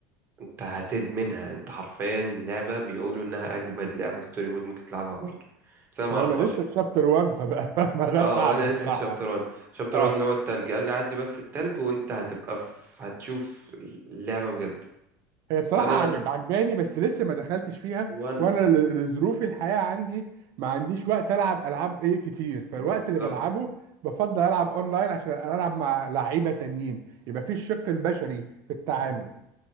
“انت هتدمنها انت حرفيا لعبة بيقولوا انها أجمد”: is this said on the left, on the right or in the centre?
Right